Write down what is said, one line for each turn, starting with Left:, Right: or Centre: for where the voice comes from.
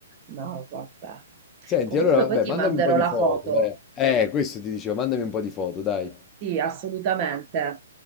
Right: No, vabbè.
Left: Senti,
Right: Comunque
Left: allora, vabbè,
Right: poi ti
Left: mandami
Right: manderò
Left: un po' di
Right: la
Left: foto,
Right: foto.
Left: eh. Eh, questo ti dicevo, mandami
Right: Sì,
Left: un po' di foto, dai.
Right: sì, assolutamente.